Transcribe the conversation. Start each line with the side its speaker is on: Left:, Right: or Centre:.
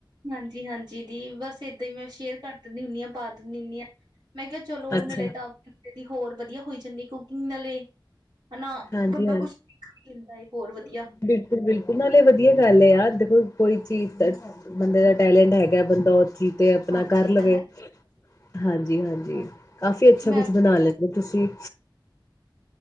Right: ਹਾਂਜੀ-ਹਾਂਜੀ ਦੀ ਬਸ ਏਦਾਂ ਈ ਮੈਂ ਸ਼ੇਅਰ ਕਰ ਦਿੰਨੀ ਹੁੰਦੀ ਆਂ। ਪਾ ਦਿੰਦੀ ਹੁੰਨੀ ਆਂ, ਮੈਂ ਕਿਆ ਚਲੋ
Left: ਅੱਛਾ
Right: ਨਲੇ ਤਾਂ ਬੰਦੇ ਦੀ ਹੋਰ ਵਦੀਆ ਹੋਈ ਜਾਂਦੀ ਕੁਕਿੰਗ ਨਾਲੇ, ਹਨਾ
Left: ਹਾਂਜੀ
Right: ਬੰਦਾ ਕੁਛ ਦਿੰਦਾ ਏ ਹੋਰ ਵਦੀਆ।
Left: ਬਿਲਕੁਲ-ਬਿਲਕੁਲ ਨਾਲੇ ਵਧੀਆ ਗੱਲ ਏ ਯਾਰ ਦੇਖੋ ਕੋਈ ਚੀਜ਼ ਤਾਂ ਬੰਦੇ ਦਾ ਟੈਲੈਂਟ ਹੈਗਾ ਬੰਦਾ ਓ ਚੀ ਤੇ ਆਪਨਾ
Right: ਹਾਂਜੀ
Left: ਕਰ
Right: ਇਹ ਤਾਂ
Left: ਲਵੇ
Right: ਹੈ
Left: ਹਾਂਜੀ-ਹਾਂਜੀ
Right: ਹਾਂ,
Left: ਕਾਫੀ ਅੱਛਾ
Right: ਮੈਂ
Left: ਕੁਛ ਬਨਾ ਲੈ ਜੇ ਤੁਸੀਂ